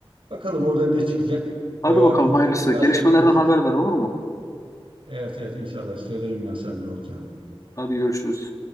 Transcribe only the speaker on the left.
Hadi
bakalım
hayırlısı.
Gelişmelerden
haberdar olur mu?
Hadi görüşürüz.